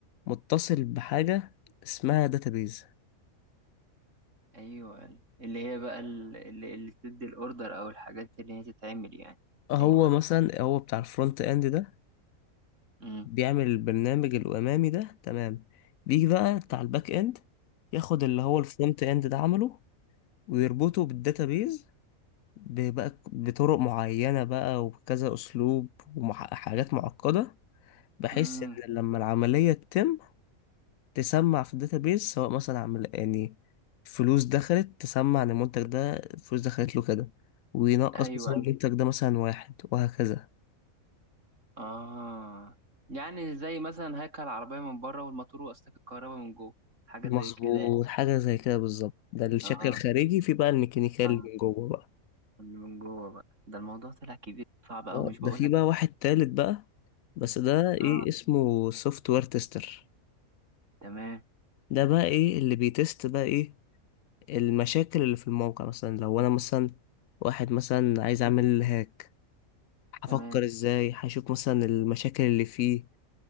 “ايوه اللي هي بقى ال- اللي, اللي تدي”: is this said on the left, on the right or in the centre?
Right